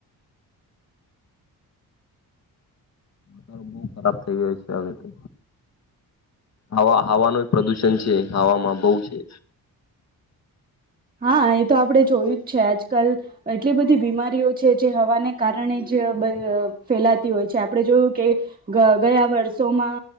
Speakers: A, on the left; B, on the right.
A: માતારણ બહુ ખરાબ થઈ ગય છે હવે તો હવા હવાનું પ્રદુષણ છે હવામાં બહુ છે
B: હા એ તો આપણે જોયું જ છે આજકાલ એટલી બધી બીમારીઓ છે જે હવાને કારણે જ જે ફેલાતી હોય છે આપણે જોયું કે ગયા વર્ષોમાં